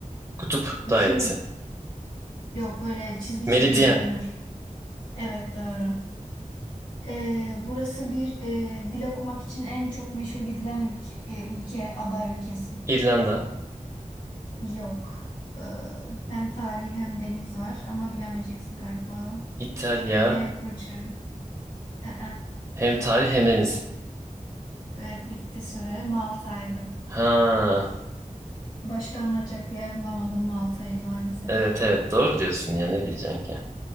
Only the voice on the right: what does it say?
kutup
dairesi,
meridyen,
İrlanda,
İtalya,
hem tarih hem deniz.
Ha,
evet evet doğru diyorsun ya ne diyeceğim ki?